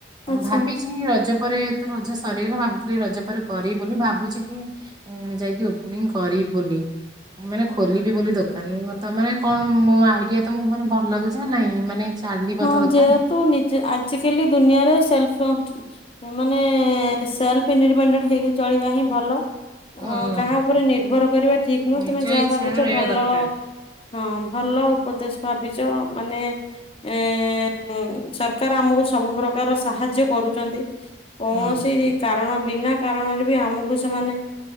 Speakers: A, on the right (about 25°); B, on the left (about 30°).
A: ଆ
B: ଆଚ୍ଛା
A: ଭାବିଛି ରଜ ପରେ ତ ରଜ ସରିଗଲା ଭାବିଥିଲି ରଜ ପରେ କରିବ ବୋଲି ଭାବୁଛି କି ଯାଇକି ଓପନିଂ କରି ବି ବୋଲି। ମାନେ ଖୋଲିବି ବୋଲି ଦୋକାନ ତ ମାନେ କଣ ମୋ ଆଇଡିଆ ତମକୁ ମାନେ ଭଲ ଲାଗୁଛି ନା ନାଇଁ ମାନେ ଚାଲିବ
B: ହଁ
A: ତ ଦୋକାନ?
B: ଯେହେତୁ ନିଜ ଆଜିକାଲି ଦୁନିଆରେ ସେଲଫଣ୍ଟ ମାନେ ସେଲ୍ଫ ଇଣ୍ଡିପେଣ୍ଡେଣ୍ଟ ହେଇକି ଚଳିବା ହିଁ ଭଲ। ଅ
A: ହଁ
B: କାହା ଉପରେ ନିର୍ଭର କରିବା ଠିକ୍ ନୁହଁ
A: ନିଜ
B: ତମେ ଯାହା
A: ଇଚ୍ଛାରେ
B: ଭାବିଛ
A: ରହିବା
B: ଭଲ।
A: ଦରକାର
B: ହଁ ଭଲ ଉପଦେଶ ଭାବିଛ। ମାନେ ଏ ଉଁ ସରକାର ଆମକୁ ସବୁ ପ୍ରକାର ସାହାଯ୍ୟ କରୁଚନ୍ତି। କୌଣସି
A: ହୁଁ।
B: କାରଣ ବିନା କାରଣରେ ବି ଆମକୁ ସେମାନେ